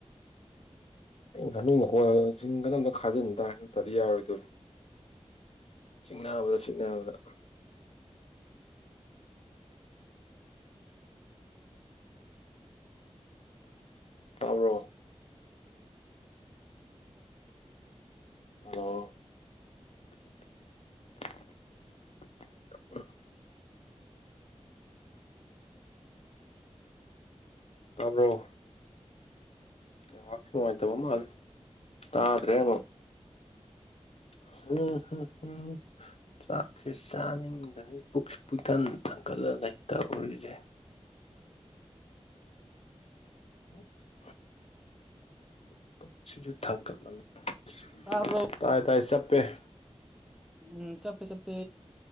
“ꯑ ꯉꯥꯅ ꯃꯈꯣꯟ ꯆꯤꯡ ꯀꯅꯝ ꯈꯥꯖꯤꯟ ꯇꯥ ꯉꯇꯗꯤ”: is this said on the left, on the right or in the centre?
Left